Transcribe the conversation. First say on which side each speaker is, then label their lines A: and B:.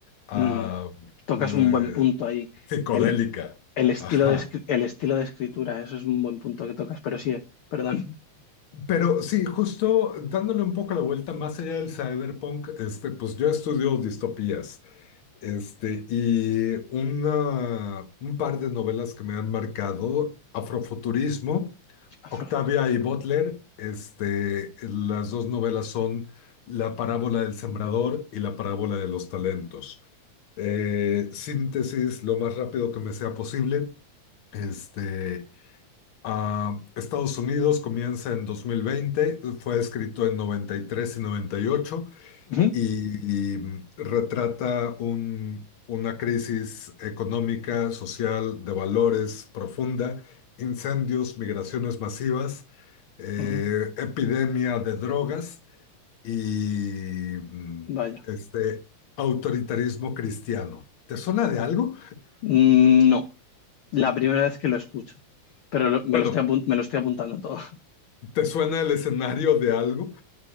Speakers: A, on the left; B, on the left.
A: ah,
B: Mm, Tocas
A: eh,
B: un buen punto ahí.
A: psicodélica.
B: El, el estilo
A: Ajá.
B: de, escri- el estilo de escritura, eso es un buen punto que tocas, pero sí, eh, perdón,
A: Pero sí, justo dándole un poco la vuelta más allá del cyberpunk, este, pues yo estudio distopías. Este, y una, un par de novelas que me han marcado, Afrofuturismo,
B: <laughs> afrofuturismo.
A: Octavia y Butler, este, las dos novelas son La parábola del sembrador y La parábola de los talentos. eh, síntesis lo más rápido que me sea posible. Este, ah, Estados Unidos comienza en 2020, fue escrito en 93 y 98
B: Ujú,
A: y, noventa y ocho y, y retrata un- una crisis económica, social, de valores profunda, incendios, migraciones masivas, eh,
B: ujú,
A: epidemia de drogas y mm,
B: Vaya.
A: este autoritarismo cristiano. ¿Te suena de algo?
B: Mm, No. la primera vez que lo escucho, pero lo- me,
A: Bueno,
B: lo estoy apun- me lo estoy apuntando todo.
A: ¿te suena el escenario de algo?